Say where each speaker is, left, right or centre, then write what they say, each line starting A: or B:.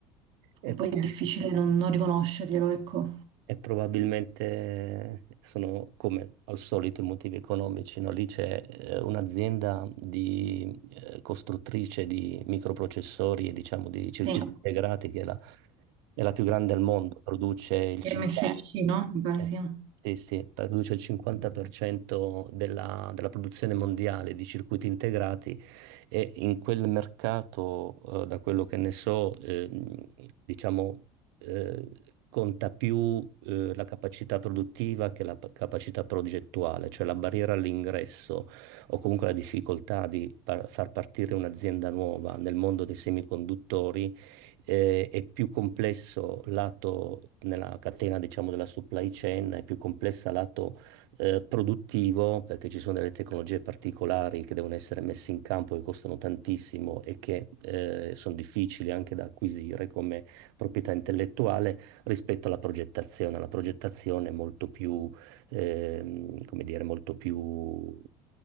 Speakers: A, on the right (about 90°); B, on the right (about 45°).
A: E
B: poi è difficile non, non riconoscerglielo, ecco.
A: E probabilmente sono come al solito i motivi economici, no? Lì c'è eh, un'azienda di eh, costruttrice di microprocessori e diciamo di circuiti
B: Sì,
A: integrati che è la, è la più grande al mondo, produce il
B: MSC,
A: 50.
B: no? Mi pare
A: Eh,
B: sì.
A: Sì, sì, produce il 50% della, della produzione mondiale di circuiti integrati e in quel mercato, eh, da quello che ne so, ehm, diciamo, eh, conta più, eh, la capacità produttiva che la p- capacità progettuale, cioè la barriera all'ingresso o comunque la difficoltà di par- far partire un'azienda nuova nel mondo dei semiconduttori eh, è più complesso lato nella catena, diciamo, della supply chain, è più complessa lato eh, produttivo, perché ci sono delle tecnologie particolari che devono essere messe in campo, che costano tantissimo e che eh, sono difficili anche da acquisire come proprietà intellettuale rispetto alla progettazione. La progettazione è molto più, ehm, come dire, molto più